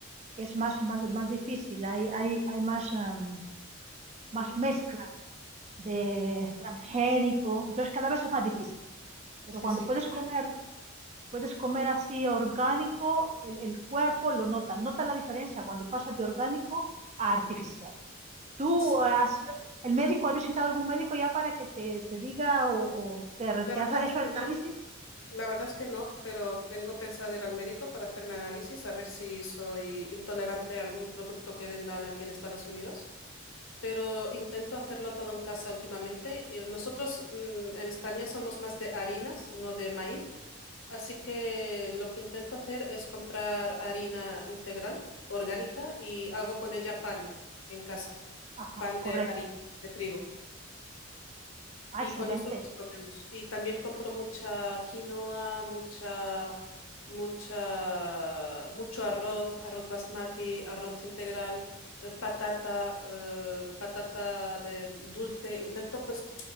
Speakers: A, on the right; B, on the left.
A: es más, más, más difícil, hay, hay, hay más, um, más
B: Ujú,
A: mezcla de
B: Entiendo.
A: transgénico, entonces cada vez es más difícil. Pero
B: Sí,
A: cuando
B: sí,
A: puedes
B: comprendo.
A: comer Puedes comer así orgánico, el, el cuerpo lo nota, nota la diferencia cuando pasas de orgánico a artificial. ¿Tú
B: Sí,
A: eh, has sido- el médico, has visitado algún médico ya para que te, te diga o, o te, re-
B: La
A: te
B: verdad
A: has hecho
B: es
A: el
B: que no,
A: análisis?
B: la verdad es que no, pero tengo pensado ir al médico para hacerme análisis, a ver si soy intolerante a algún producto que vendan aquí en Estados Unidos. pero intento hacerlo todo en casa últimamente. Y Nosotros mm, en España somos más de harinas, no de maíz, así que lo que intento hacer es comprar harina integral, orgánica, y hago con ella pan en casa,
A: Ajá,
B: pan
A: correcto.
B: de harina, de trigo.
A: Ah,
B: Y
A: excelente.
B: con eso pues comemos. Y también compro mucha quinoa, mucha, mucha, mucho arroz, arroz basmati, arroz integral, eh, patata, eh, patata de dulce. Intento pues